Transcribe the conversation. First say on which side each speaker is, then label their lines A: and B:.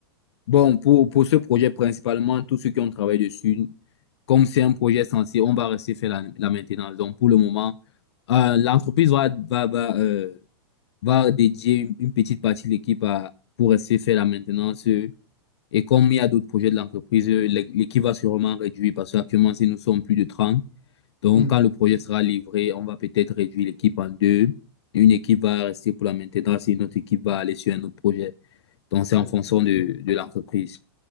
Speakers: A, on the left (about 80°); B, on the left (about 40°).
A: Bon, pour, pour ce projet, principalement, tous ceux qui ont travaillé dessus, comme c'est un projet censé, on va rester faire la, la maintenance. Donc, pour le moment, euh, l'entreprise va, va, va, euh, va dédier une, une petite partie de l'équipe à, pour rester faire la maintenance. euh, Et comme il y a d'autres projets de l'entreprise, euh, l'équipe va sûrement réduire parce qu'actuellement, si nous sommes plus de 30. Donc,
B: Hmm.
A: quand le projet sera livré, on va peut-être réduire l'équipe en deux. Une équipe va rester pour la maintenance
B: Ah.
A: et une autre équipe va aller sur un autre projet. Donc, c'est
B: Ok.
A: en fonction de, de l'entreprise.